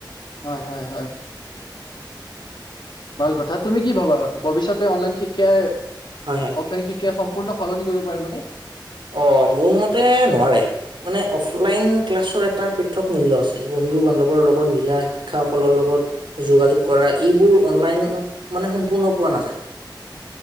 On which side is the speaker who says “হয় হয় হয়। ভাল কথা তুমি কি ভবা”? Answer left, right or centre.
Left